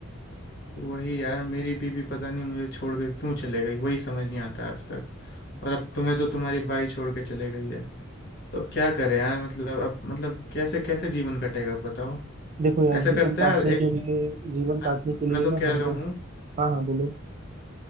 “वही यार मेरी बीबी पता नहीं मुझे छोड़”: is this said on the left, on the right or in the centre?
Left